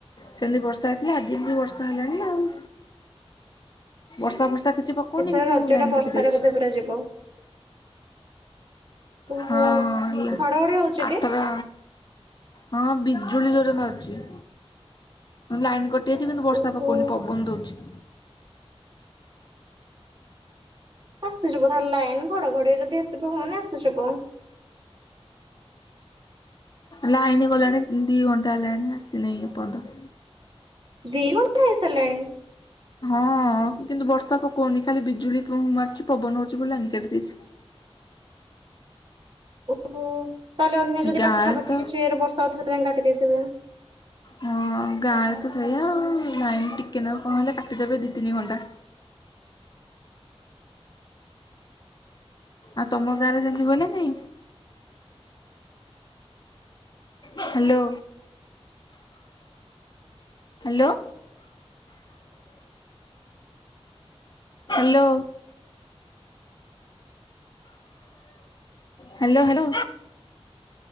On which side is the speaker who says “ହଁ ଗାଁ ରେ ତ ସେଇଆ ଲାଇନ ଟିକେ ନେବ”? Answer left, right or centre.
Left